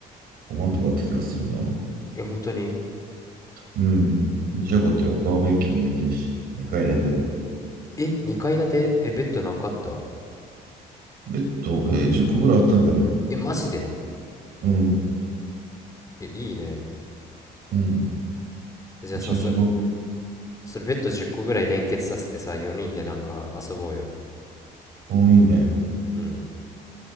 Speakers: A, on the right; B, on the left.
A: 5万とかあった気がするな。
B: え、本当に
A: うん。めっちゃ良かったよ。バーベキューもできるし、2階建てで。
B: え、2階建てえ、ベッド何個あった
A: ベッド、え10個ぐらいあったんじゃない
B: え、マジで
A: うん。
B: え、いいね。
A: うん。
B: えじゃあさ、
A: めっちゃそこ、
B: それ、それベッド10個ぐらい連結させてさ、4人でなんか遊ぼうよ。
A: 多いね。
B: うん。